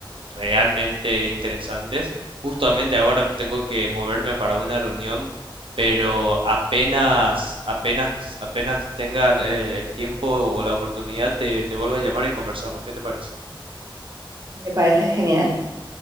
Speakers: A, on the right; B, on the right.
A: realmente interesantes. Justamente ahora tengo que moverme para una reunión, pero apenas, apenas, apenas tenga el, el tiempo o la oportunidad, te, te vuelvo a llamar y conversamos. ¿Qué te parece?
B: Me parece genial.